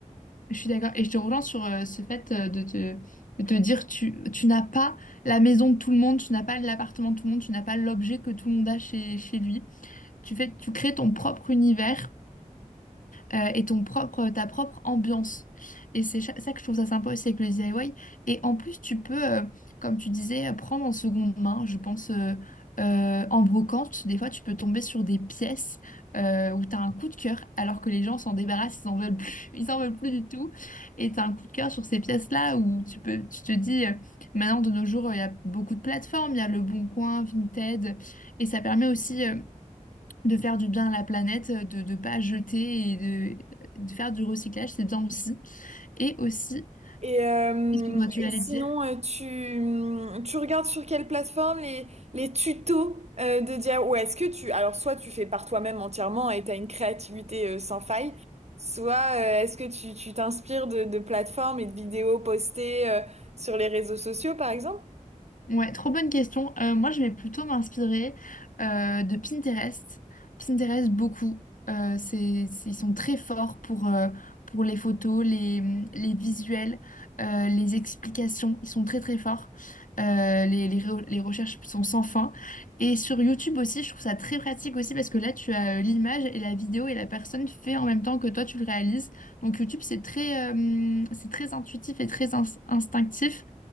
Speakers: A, on the left; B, on the right.
A: Je suis d'accord. Et je te rejoins sur euh, ce fait euh, de te, de te dire tu, tu n'as pas la maison de tout le monde, tu n'as pas l'appartement de tout le monde, tu n'as pas l'objet que tout le monde a chez, chez lui. Tu fais, tu crées ton propre univers euh, et ton propre, ta propre ambiance. Et c'est cha- ça que je trouve ça sympa aussi avec le DIY. Et en plus, tu peux, euh, comme tu disais, euh, prendre en seconde main, je pense, euh, euh, en brocante. Des fois, tu peux tomber sur des pièces euh, où tu as un coup de cœur, alors que les gens s'en débarrassent, ils n'en veulent plus, <laughs> ils en veulent plus du tout. Et tu as un coup de cœur sur ces pièces-là où tu peux, tu te dis, euh, maintenant, de nos jours, il y a beaucoup de plateformes, il y a Le Bon Coin, Vinted, et ça permet aussi. euh, de faire du bien à la planète, euh, de ne pas jeter et de, de faire du recyclage, c'est bien aussi. Et aussi,
B: Et, euh,
A: excuse-moi, tu
B: et
A: l'allais
B: sinon,
A: dire.
B: euh, tu, mm, tu regardes sur quelle plateforme les, les tutos euh, de dire ou est-ce que tu... Alors, soit tu fais par toi-même entièrement et tu as une créativité euh, sans faille, soit euh, est-ce que tu, tu t'inspires de, de plateformes et de vidéos postées euh, sur les réseaux sociaux, par exemple?
A: Ouais, trop bonne question. Euh, moi, je vais plutôt m'inspirer euh, de Pinterest. Pinterest, beaucoup. Euh, c'est, c'est- ils sont très forts pour, euh, pour les photos, les, les visuels, euh, les explications. Ils sont très, très forts. Euh, les, les, re- les recherches sont sans fin. Et sur YouTube aussi, je trouve ça très pratique aussi parce que là, tu as euh, l'image et la vidéo et la personne fait en même temps que toi, tu le réalises. Donc, YouTube, c'est très, euh, c'est très intuitif et très ins- instinctif.